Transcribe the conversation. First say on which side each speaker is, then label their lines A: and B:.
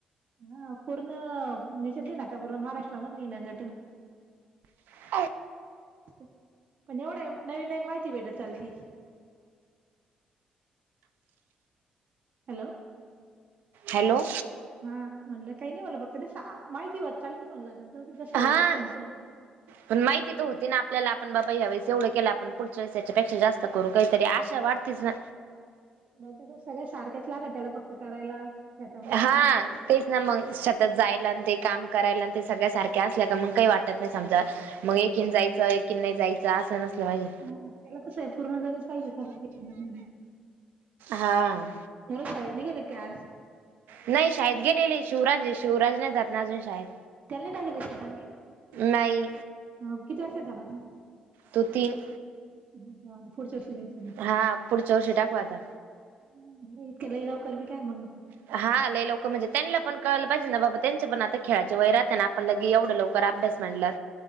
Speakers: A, on the right; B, on the right.
A: हा पूर्ण देशातली ना, आता पूर्ण महाराष्ट्रामधली ना गट.
B: <inaudible>
A: पण एवढ आहे, नवीन नवीन माहिती भेटत चालती. हॅलो!
B: हॅलो!
A: हा म्हणलं काही नाही, म्हटलं फक्त नुसतं आ माहिती होत चालती. म्हणल आता जाऊदे जस
B: हा
A: होईन तसं पुढं
B: पण माहिती तर होती ना आपल्याला, आपण बाबा ह्यावेेळेस एवढं केलं आपण. पुढच्या वेळेस याच्यापेक्षा जास्त करू काहीतरी. आशा वाढतीच ना.
A: नाहीत काय सगळ्या सारख्याच लाग त्याला फक्त करायला. शेतामध्ये जाणं
B: हा.
A: हे.
B: तेच ना मग सतत जायला, न ते काम करायला, न ते सगळ्या सारख्या असल्या का मग काही वाटत नाही समजा मग एकीन जायचं, एकीन नाही जाय ते अस नसलं पाहिजे.
A: हं. त्याला कसंय? पूर्ण <unintelligible> पाहिजे <unintelligible>
B: हां.
A: पोर शाळेत नाही गेले का काय आज?
B: नाही शाळेत गेलेले ए. शिवराज ए. शिवराज नाही जात ना अजून शाळेत.
A: त्याला नाही टाकेल ए शाळेत आणखी?
B: नाही.
A: मग किती वर्षाचा झाला तो?
B: तो तीन.
A: हं. हा पुढच्या वर्षी होईल.
B: हा. पुढच्या वर्षी टाकू आता.
A: अं बर इतक्या लवकर बी काय ए मंग?
B: हा. लई लवकर म्हणजे - त्यांना पण कळालं पाहिजे ना? बाबा त्यांच पण आता खेळायचे वय राहत ना? आपण लगे एवढं लवकर अभ्यास म्हणलं.